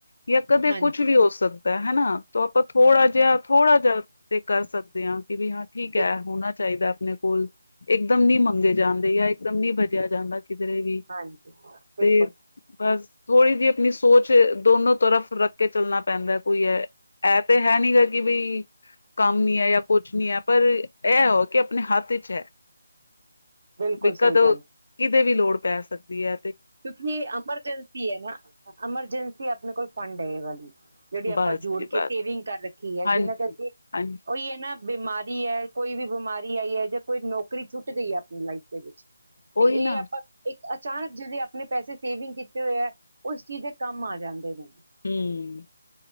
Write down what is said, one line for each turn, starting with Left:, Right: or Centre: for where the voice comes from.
Left: ਯਾ ਕਦੇ
Right: ਹਾਂਜੀ
Left: ਕੁਛ ਵੀ ਹੋ ਸਕ ਦਾ, ਹਨਾ ਤ ਆਪਾਂ ਥੋੜਾ ਜਿਹਾ ਥੋੜਾ ਜਿਹਾ ਤੇ ਕਰ ਸਕਦੇ ਆ। ਭੀ ਵੀ ਹਾਂ, ਠੀਕ
Right: ਬਿਲ
Left: ਐ ਹੋਨਾ ਚਾਹੀਦਾ ਆਪਨੇ ਕੋਲ। ਇਕਦਮ ਨੀ ਮੰਗੇ ਜਾਂਦੇ, ਯਾ ਇਕਦਮ ਨੀ ਭਜੇਆ ਜਾਂਦਾ ਕਿਧਰੇ ਵੀ।
Right: ਹਾਂਜੀ
Left: ਤੇ
Right: ਬਿਲਕੁਲ
Left: ਬਸ ਥੋੜੀ ਜਈ ਅਪਨੀ ਸ ਸੋਚ ਦੋਨੋ ਤਰਫ਼ ਰੱਖ ਕੇ ਚੱਲਨਾ ਪੈਂਦੈ ਕੋਈ ਐ, ਐ ਤੇ ਹੈ ਨਈ ਗਾ ਕਿ ਵੀ, ਕੰਮ ਨੀ ਐ ਯਾ ਕੁਛ ਨੀ ਐ ਪਰ ਐ ਓ ਕੇ ਆਪਨੇ ਹੱਥ ਚ ਐ।
Right: ਬਿਲਕੁਲ
Left: ਦਿਕਤ
Right: ਸਹੀ ਗੱਲ ਹੈ,
Left: ਕਿਤਦੇ ਵੀ ਲੋੜ ਪੈ ਸਕਦੀ ਦੀ ਐ।
Right: ਕਿਉਂਕਿ ਏ ਅਮਰਜੰਸੀ ਐ ਨਾ, ਅਮਰਜੰਸੀ ਆਪਨੇ ਕੋਲ ਫੰਡ ਏ ਵਾਲੀ। ਜੇੜੀ ਆਪਾਂ
Left: ਬਸ
Right: ਜੋੜ
Left: ਜੀ
Right: ਕੇ
Left: ਬਸ
Right: ਸੇਵਿੰਗ ਕਰ ਰੱਖੀ ਏ
Left: ਹਾਂਜੀ
Right: ਜਿਨਾਂ ਕਰਕੇ,
Left: ਹਾਂਜੀ
Right: ਓਈ ਏ ਨਾ ਬਿਮਾਰੀ ਐ, ਕੋਈ ਵੀ ਬਮਾਰੀ ਆਈ ਐ ਜਾਂ ਕੋਈ ਨੋਕਰੀ ਛੁੱਟ ਗਈ ਏ ਆਪਨੀ ਲਾਈਫ ਦੇ ਵਿੱਚ
Left: ਉਹੀ
Right: ਤੇ
Left: ਨਾ
Right: ਏ ਆਪਾਂ ਇੱਕ ਅਚਾਨਕ ਜਿਵੇਂ ਆਪ ਆਪਨੇ ਪੈਸੇ ਸੇਵਿੰਗ ਕੀਤੇ ਹੋਏ ਐ ਉਸ ਚੀਜ ਦੇ ਕੰਮ ਆ ਜਾਂਦੇ ਨੇ।
Left: ਹੂੰ,